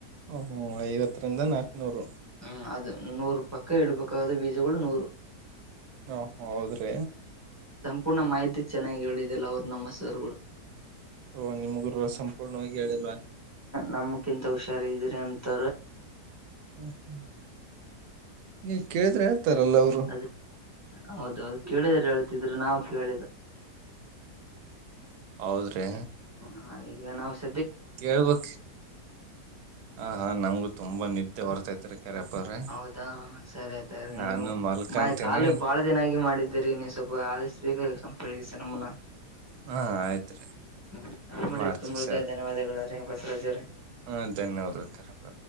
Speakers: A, on the right (about 75°); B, on the right (about 20°).
A: ಹ ಹ್ಮ ಐವತ್ತರಿಂದ ನಾಕ್ನೂರು
B: ಹ್ಮ್ ಅದು ನೂರು ಪಕ್ಕ ಇಡ್ಬೇಕು ಅದು ಬೀಜಗಳು ನೂರು.
A: ಹಾ ಹೌದ್ರಿ
B: ಪೂರ್ಣ ಮಾಹಿತಿ ಚೆನ್ನಾಗಿ ಹೇಳಿದೆಲ್ಲ ಅವ್ರು ನಮ್ಮ ಸರ್ಗಳು.
A: ಓಹ್ ನಿಮ ಗುರುಗ ಸಂಪೂರ್ಣವಾಗಿ ಹೇಳಲ್ವಾ.
B: ನಮಕಿಂತ ಹುಷಾರ ಇದಿರಿ ಅಂತರ್
A: ಹ ಹ್ಮ್ ನೀ ಕೇಳಿದ್ರೆ ಹೇಳ್ತಾರಲ್ಲ ಅವ್ರು.
B: ಅದ ಹೌದೌದು ಕೇಳಿದ್ರೆ ಹೇಳ್ತಿದ್ರು ನಾವು ಕೇಳಿಲ್ಲ.
A: ಹೌದ್ರಿ
B: ಹ ಈಗ ನಾವ್ ಸ್
A: ಕೇಳ್ಬೇಕ್ ಹ ಹಾ ನಂಗು ತುಂಬಾ ನಿದ್ದೆ ಬರ್ತೈತ್ರಿ. ಕರಪ್ಪ ಅವ್ರೆ
B: ಹೌದಾ ಸರಿ ಆಯ್ತರಿ
A: ನಾನು
B: ನೀವು
A: ಮಲ್ಕಂತೀನಿ
B: ಮ ಕಾಲು ಬಾಳ ದಿನ ಆಗಿ ಮಾಡಿದ್ದೀರಿ ನೀವು ಸ್ವಲ್ಪ ಸ್ ಬೇಗ ಸಂಪರ್ಕಿಸಿ ನಮ್ಮನ್ನ.
A: ಹಾ ಆಯ್ತ್ರಿ
B: ಹ್ಮ್ ಕಾಲ್ ಮಾಡಿದ್ಕೆ
A: ಮಾಡ್ತೀವಿ
B: ತುಂಬ
A: ಸರ್
B: ದೇ ಧನ್ಯವಾದಗಳು ರೀ ಬಸರಾಜ್ ಅವ್ರೆ.
A: ಹ ಧನ್ಯವಾದಗಳು ಕರಪ್ಪ